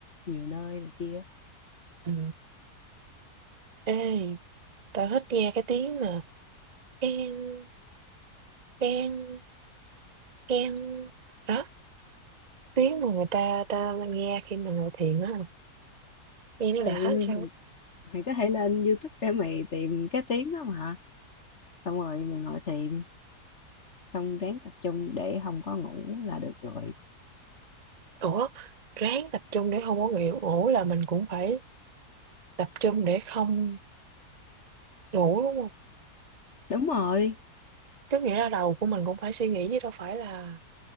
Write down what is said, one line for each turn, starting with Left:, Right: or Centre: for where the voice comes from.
Left: nhiều nơi này kia
Right: ừ. ê tao thích nghe cái tiếng mà keng keng keng đó tiếng mà người ta ta nghe khi mà ngồi thiền á nghe nó
Left: ừ
Right: đã làm sao á.
Left: mày có thể lên YouTube để mày tìm cái tiếng đó mà xong rồi mày ngồi thiền xong ráng tập trung để không có ngủ là được rồi
Right: ủa ráng tập trung để không có nghỉ ngủ là mình cũng phải tập trung để không ngủ đúng không
Left: đúng rồi
Right: tức nghĩa là đầu của mình cũng phải suy nghĩ chứ đâu phải là